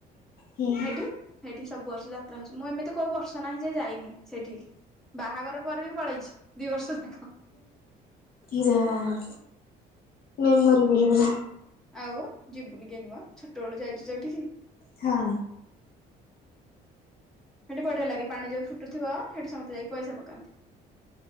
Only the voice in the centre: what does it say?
ହେଇଠି ହେଇଠି ସବୁ ବର୍ଷ ଯାତ୍ରା ହଉଛି ମୁଁ ଏମିତି କୋଉ ବର୍ଷ ନାହିଁ ଯେ ଯାଇନି ସେଠିକି। ବାହାଘର ପରେ ବି ପଳେଇଛି ଦି ବର୍ଷ ଯାକ।
ଆଉ ଯିବୁନି କେଇନମ ଛୋଟବେଳୁ ଯାଇଛୁ ଯୋଉଠିକି
ସେଠି ବଢିଆ ଲାଗେ ପାଣି ଯଉ ଫୁଟୁଥିବ ସେଠି ସମସ୍ତେ ଯାଇକି ପଇସା ପକାନ୍ତି।